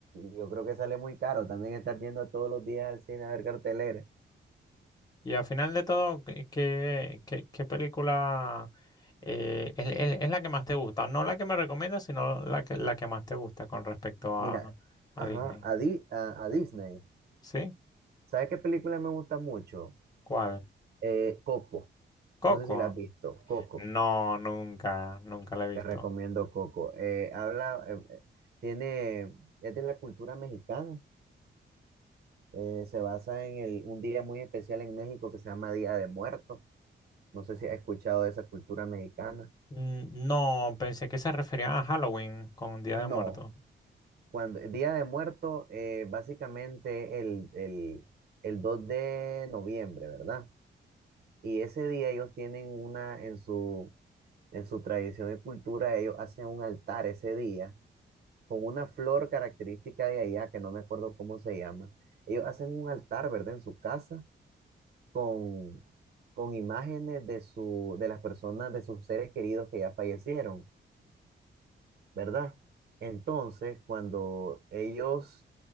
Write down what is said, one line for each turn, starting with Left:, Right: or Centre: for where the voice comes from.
Right: y yo creo que sale muy caro también estar yendo a todos los días al cine a ver cartelera.
Left: Y al final de todo, ¿qué, qué, qué- qué película eh, es, es- es la que más te gusta? No la que me recomiendas, sino la que, la que más te gusta con respecto a,
Right: Mira,
Left: a
Right: ajá,
Left: Disney.
Right: a, Di- a, a Disney.
Left: ¿Sí?
Right: ¿Sabes qué película me gusta mucho?
Left: ¿Cuál?
Right: Eh, Coco.
Left: ¿Coco?
Right: No sé si la has visto. Coco.
Left: No, nunca, nunca la he visto.
Right: Te recomiendo Coco. Eh, habla, eh, eh, tiene, es de la cultura mexicana. Eh, se basa en el- un día muy especial en México que se llama Día de Muertos. No sé si has escuchado de esa cultura mexicana.
Left: Mm, No, pensé que se referían a Halloween con Día
Right: No,
Left: de Muertos.
Right: cuando el Día de Muerto, eh, básicamente el, el, el 2 de noviembre, ¿verdad? Y ese día ellos tienen una, en su, en su tradición y cultura, ellos hacen un altar ese día con una flor característica de allá, que no me acuerdo cómo se llama. Ellos hacen un altar, ¿verdad? En su casa con, con imágenes de, su, de las personas, de sus seres queridos que ya fallecieron, ¿verdad? Entonces, cuando ellos